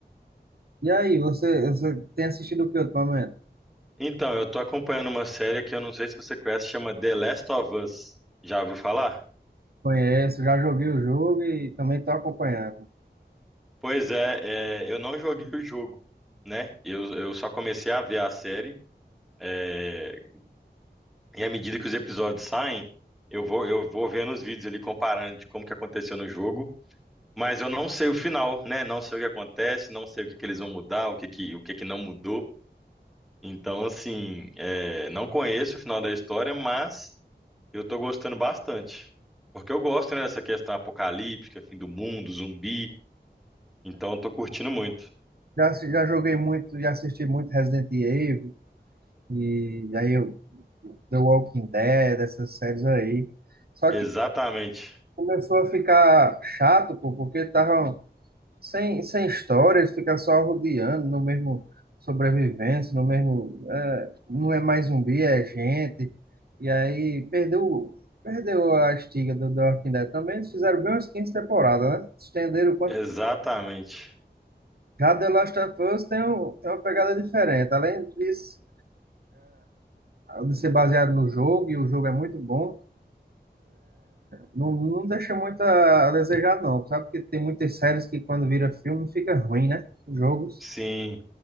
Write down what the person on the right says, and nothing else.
E aí, você, você tem assistido o que ultimamente?
Conheço, já joguei o jogo e também estou acompanhando.
Já, já joguei muito, já assisti muito Resident Evil e aí eu, The Walking Dead, essas séries aí. Só
que começou a ficar chato, pô, porque tava sem, sem história, eles ficam só rodeando no mesmo sobrevivência, no mesmo. é, não é mais zumbi, é gente. E aí perdeu, perdeu a estiga do The Walking Dead também. Eles fizeram bem umas 15 temporadas, né? Estenderam o quanto.
Já The Last of Us tem, um, tem uma pegada diferente. Além disso. de ser baseado no jogo, e o jogo é muito bom, não, não deixa muito a, desejar, não. Sabe que tem muitas séries que quando vira filme fica ruim, né? Os Jogos.